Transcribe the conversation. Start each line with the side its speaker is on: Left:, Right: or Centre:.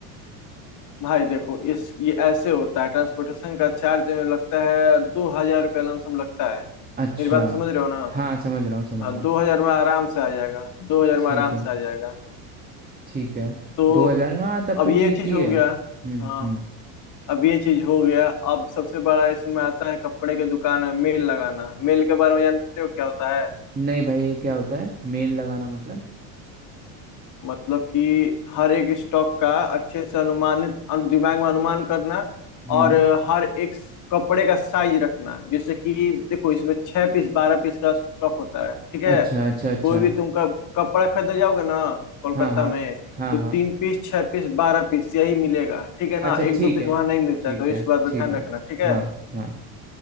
Left: भाई देखो इस ये ऐसे होता है ट्रांसपोर्टेशन का चार्ज लगता है दो हजार रुपया लमसम लगता है
Right: अच्छा
Left: मेरी बात समझ रहे हो ना
Right: हाँ समझ रहा हूँ समझ
Left: हाँ
Right: रहा हूँ
Left: दो हजार में आराम से आ जाएगा दो हजार
Right: ठीक
Left: में आराम
Right: है
Left: से आ जाएगा
Right: ठीक है
Left: तो
Right: दो हजार हाँ तब
Left: अब
Right: तो
Left: ये
Right: ठीक
Left: चीज
Right: ही
Left: हो
Right: है
Left: गया
Right: हम्म
Left: हाँ
Right: हम्म
Left: अब ये चीज हो गया अब सबसे बड़ा इसमें आता है कपड़े के दुकान है मेल लगाना मेल के बारे में जानते हो क्या होता है
Right: नहीं भाई ये क्या होता है मेल लगाना मतलब
Left: मतलब कि हर एक स्टॉक का अच्छे से अनुमानित अनु- दिमाग में अनुमान करना
Right: हम्म
Left: और हर एक स- कपड़े का साइज रखना जैसे कि देखो इसमें छह पीस बारह पीस का स्टॉक होता है ठीक है
Right: अच्छा अच्छा अच्छा
Left: कोई भी तुम कप- कपड़ा खरीदने जाओगे ना कोलकाता
Right: हाँ हाँ
Left: में
Right: हाँ
Left: तो तीन
Right: हाँ
Left: पीस छह पीस बारह पीस यही मिलेगा ठीक है ना
Right: अच्छा
Left: एक
Right: ठीक
Left: दो पीस
Right: है
Left: वहां नहीं मिलता
Right: ठीक
Left: है तो इस
Right: है
Left: बात का
Right: ठीक
Left: ध्यान
Right: है
Left: रखना ठीक है
Right: हाँ हाँ